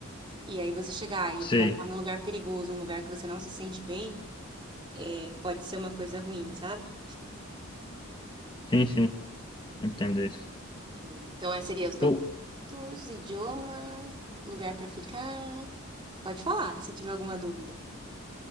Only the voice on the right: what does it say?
e aí você chegar e
vai estar num lugar perigoso, um lugar que você não se sente bem, eh, pode ser uma coisa ruim, sabe?
É, Então, esses seriam os documentos,
idioma, lugar para ficar. Pode falar, se tiver alguma dúvida.